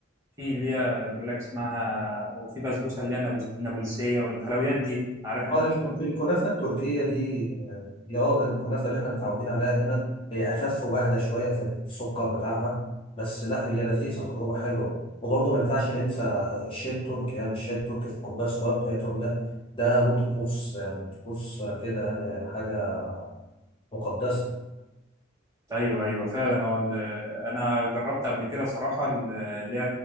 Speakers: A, on the right; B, on the left.
A: في اللي هي بيقول لك اسمها وفي بسبوسه اللي هي النابلس- النابلسيه والحلويات دي عارف انت
B: اه الك-
A: الموضوع.
B: الكنافة التركية دي آه، هي اه غير الكنافة اللي احنا متعودين عليها هنا هي أخف وأهدى شوية في السكر بتاعها بس لا هي لذيذة تجربة حلوة وبرضه ما ينفعش ننسى الشاي التركي يعني الشاي التركي في الكوباية الصغيرة بتاعتهم ده ده له طقوس يعني طقوس كده يعني حاجة مقدسة
A: ايوه ايوه فعلا هو ال- انا جربت قبل كده صراحه ال- اللي هي